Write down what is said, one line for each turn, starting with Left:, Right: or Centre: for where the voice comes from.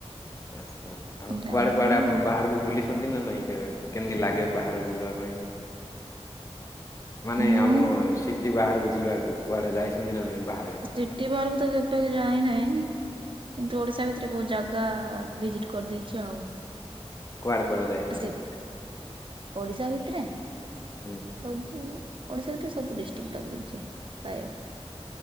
Left: ଆଚ୍ଛା ଆଉ
Right: ଯାଇ
Left: କୁଆଡେ
Right: ହେଲାନି
Left: କୁଆଡେ ଆପଣ
Right: ଆଉ
Left: ବାହାରକୁ ବୁଲିସ ଛନ୍ତି ନା ନାଇଁ କେବେ କେମିତି ଲାଗେ ବାହାରେ ବୁଲିବା ପାଇଁ? ମାନେ
Right: ମୁଁ
Left: ଆମ ସିଟି ବାହାରକୁ ଯିବାକୁ କୁଆଡେ ଯାଇଛନ୍ତି ନା ନାଇଁ ବାହ
Right: ସ୍ତିଟି ବାହାରକୁ ତ କେବେ ଯାଇନାହିଁ। କିନ୍ତୁ ଓଡିଶା ଭିତରେ ବହୁତ ଜାଗା ଭିଜିଟ କରିଦେଇଛି ଆଉ।
Left: କୁଆଡ଼େ କୁଆଡ଼େ ଯାଇଛନ୍ତି?
Right: ସେ ଓଡିଶା ଭିତରେ?
Left: ହୁଁ।
Right: ସବୁ ଓଡ଼ିଶା ଭିତରେ ସବୁ ଡିଷ୍ଟ୍ରିକ୍ଟା ବୁଲିଛି ପ୍ରାୟ।